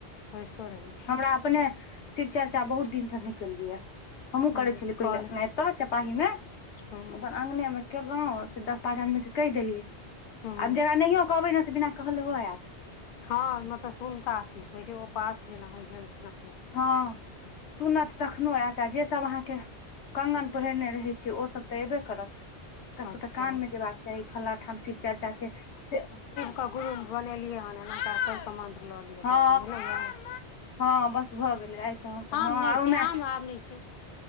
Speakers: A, on the left; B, on the left.
A: बैसो रहै छी
B: हमरा अपने शिव चर्चा बहुत दिन से नहि केलियै या हमहुँ
A: हूँ
B: करै छलियै
A: कॉल
B: पहिले तऽ चपााही में अपन
A: हूँ
B: अङंगगने में केलहु दस पाँच आदमी के कहि देलियै
A: हूँ
B: आब जेकरा नहियओ कहबै ने से बिना कहले ऐत
A: हँ मतलब सुनता अथी स होइ छै उपास जेना होइ छैनि ने तेना
B: हँ सुनत तख कखनो एत आ जे सब अहाँके कंगन पहिरने रहै छै ओ सब तऽ एबे करत नकासब
A: अच्छा
B: के कानमे जेयबाक चाही फलना ठाम शिव चर्चा छै से
A: के गुरु बनेलियै हन एना त मन्त्र लऽ लियअ
B: हँ
A: भऽ गेल एना य
B: हँ बस भऽ गेलै आऐसँ हम अपन
A: आम
B: हँ
A: नहि छै
B: ओमे
A: आम आब नहि छै